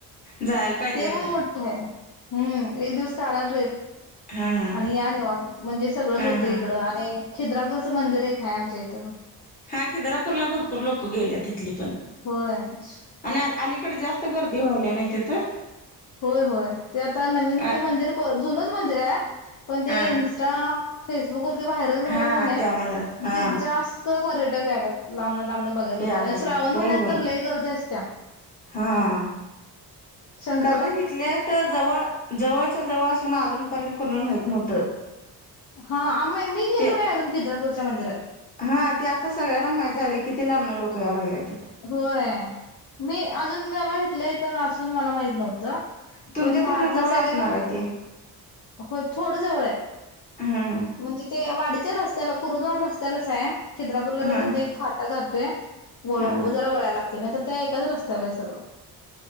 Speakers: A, on the left; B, on the left.
A: जायला पाहिजे
B: ते
A: एकदा
B: पण मोठ्ठ हाय. हम्म, एक दिवस काढा ट्रिप
A: हा हा
B: आणि या निवांत, म्हणजे सगळंच
A: हा
B: होतंय
A: हा
B: इकडं आणि खिद्रापूरचं मंदिर एक हाय आमच्या इथं.
A: हा खिद्रापूरला भरपूर लोकं गेल्यात हिथली पण,
B: होय
A: आणि अलीकडे जास्त गर्दी व्हायल्या नाय तिथं?
B: होय होय, ते आता नवीन
A: अ,
B: ते मंदिर जुनच मंदिर हाय, पण ते
A: हा
B: इन्स्टा फेसबुक वरती व्हायरल झाल्यामुळं
A: हा
B: नाय,
A: त्यामुळं हा
B: जे जास्त पर्यटक यायल्यात लांबणं लांबणं बघायला येत्यात,
A: या लागल्यात
B: आन श्रावण
A: होय
B: महिन्यात
A: होय
B: तर लय गर्दी असत्या.
A: हा
B: शंक
A: कारण हिथल्या हिथ जवळ जवळच्या जवळ असून अजूनपर्यंत कोणाला माहित नव्हतं.
B: हा, आम्ही मी गेलो
A: ते
B: नाई अजून खिद्रापूरच्या मंदिरात.
A: हा ते आता सगळ्यांना माहित झालंय किती लामनं लोकं याय लागल्यात?
B: व्हयअ मी अजून म मला ईथल्या ईथं असून मला माहित नव्हतं.
A: तुमच्या
B: पण म
A: तिथनं
B: आता
A: जवळ
B: सगळेजण
A: असणार आहे ते
B: होय, थोडं जवळ हाय
A: हा
B: म्हणजे ते वाडीच्या रस् स्त्याला कुरुंदवाड रस्त्यालाच हाय, खिद्रापूरला जातान
A: हा
B: तिथन एक फाटा जातोय, वळू
A: हा
B: जरा वळाय लागतय. ते नाही तर त्या एकाच रस्त्याला हाय सगळं.